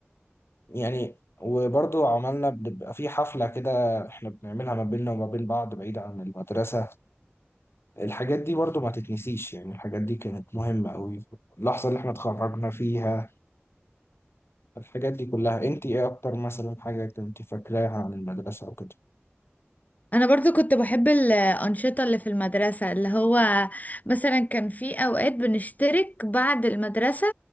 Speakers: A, on the left; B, on the left.
A: يعني وبرضو عملنا بنبقى في حفلة كده احنا بنعملها ما بيننا وما بين بعض بعيد عن المدرسة الحاجات دي برضو ما تتنسيش يعني الحاجات دي كانت مهمة قوي اللحظة اللي احنا اتخرجنا فيها الحاجات دي كلها انت ايه اكتر مثلا حاجة كنت فاكراها عن المدرسة او كده
B: انا برضو كنت بحب الانشطه اللي في المدرسه اللي هو مثلا كان في اوقات بنشترك بعد المدرسه